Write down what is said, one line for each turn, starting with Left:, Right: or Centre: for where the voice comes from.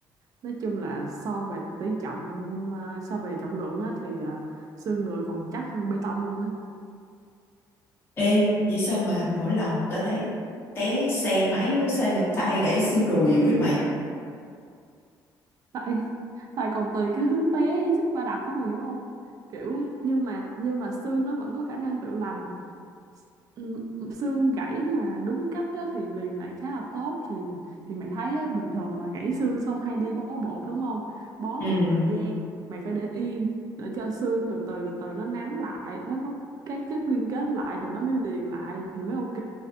Right: nói chung là so về tỷ trọng à, so về trọng lượng á thì à, xương người còn chắc hơn bê tông luôn á
Left: ê vậy sao mà mỗi lần tao thấy té xe máy á, sao người ta hay gãy xương đùi dữ vậy mày
Right: tại tại còn tùy cái hướng té với sức va đập á mày hiểu không kiểu nhưng mà nhưng mà xương nó vẫn có khả năng tự lành Ừm, xương gãy mà đúng cách á, thì liền lại khá là tốt thì thì mày thấy á, bình thường mà gãy xương xong hay đi bó bột đúng không bó
Left: ừ
Right: một thời gian mày phải để yên để cho xương từ từ từ từ nó nắn lại nó có các chất liên kết lại rồi nó mới liền lại thì mới ok